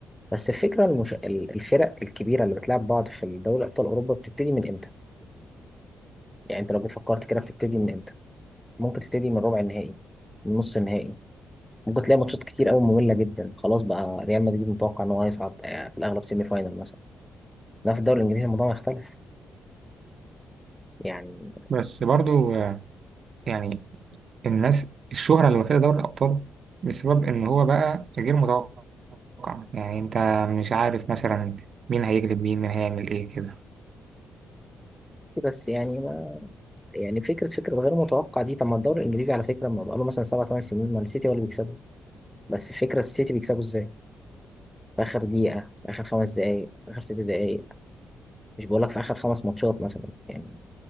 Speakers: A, in the centre; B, on the right (about 55°).
A: بس الفكره المش... ال- الفرق الكبيره اللي بتلعب بعض في دوري ابطال اوروبا بتبتدي من امتى؟ يعني انت لو جيت فكرت كده بتبتدي من امتى؟ ممكن تبتدي من ربع النهائي من نص النهائي ممكن تلاقي ماتشات كتير قوي ممله جدا خلاص بقى ريال مدريد متوقع ان هو هيصعد آه، في الاغلب سيمي فاينل مثلا لا في الدوري الانجليزي الموضوع مختلف يعني
B: بس برضو آه، يعني الناس الشهرة اللي واخدة دوري الأبطال بسبب إن هو بقى غير متوقع يعني أنت مش عارف مثلا مين هيجلب مين مين هيعمل إيه كده
A: بس يعني ما يعني فكره فكره غير متوقع دي طب ما الدوري الانجليزي على فكره ما بقاله مثلا سبع ثمان سنين ما السيتي هو اللي بيكسبه بس فكره السيتي بيكسبه ازاي في اخر دقيقه في اخر خمس دقائق في اخر ست دقائق مش بقول لك في اخر خمس ماتشات مثلا يعني